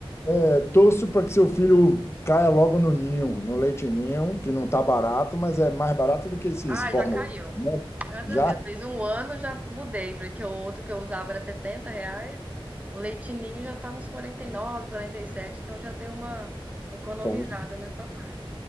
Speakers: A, on the left (about 30°); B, on the right (about 15°).
A: é, torço para que seu filho caia logo no ninho, no leite ninho, que não tá barato, mas é mais barato do que esses
B: Ah,
A: fórmula,
B: já caiu.
A: né?
B: Graças
A: Já
B: a Deus. Fez um ano, já mudei, porque o outro que eu usava era 70 reais. O leitinho já tá uns quarenta quarenta e nove, quarenta e sete, então já deu uma economizada
A: só vou-
B: nessa parte.